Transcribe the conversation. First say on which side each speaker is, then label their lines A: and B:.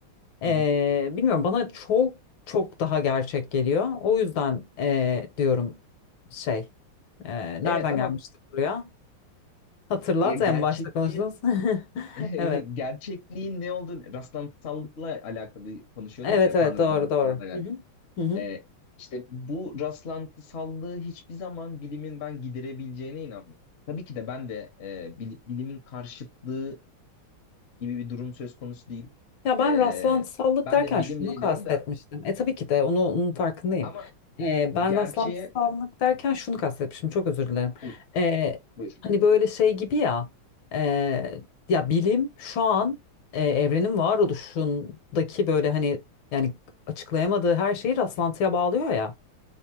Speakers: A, on the left (about 70°); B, on the left (about 55°).
A: E,
B: Hı hı.
A: bilmiyorum bana çok çok daha gerçek geliyor. O yüzden e, diyorum şey, e, nereden
B: Evet ama
A: gelmiştik buraya? Hatırlat
B: ya gerçekliğin
A: en başta konuştuğumuz. <laughs>
B: <laughs>
A: Evet,
B: gerçekliğin ne olduğunu rastlantısallıkla alakalı konuşuyorduk
A: evet,
B: ya
A: evet
B: Tanrı'dan
A: doğru doğru.
B: falan da geldi.
A: Hı hı. Hı hı.
B: Ee, işte bu rastlantısallığı hiçbir zaman bilimin ben giderebileceğine inanmıyorum. Tabii ki de ben de e, bil- bilimin karşıtlığı gibi bir durum söz konusu değil.
A: Ya ben
B: Ee,
A: rastlantısallık
B: ben
A: derken
B: de bilimle
A: şunu
B: ilgileniyorum
A: kastetmiştim.
B: da
A: E tabii ki de onu, onun farkındayım.
B: ama
A: E, ben
B: gerçeğe...
A: rastlantısallık derken şunu kastetmiştim. Çok özür dilerim.
B: Hı,
A: E,
B: buyur.
A: hani böyle şey gibi ya. e, ya bilim şu an e, evrenin varoluşundaki böyle hani yani açıklayamadığı her şeyi rastlantıya bağlıyor ya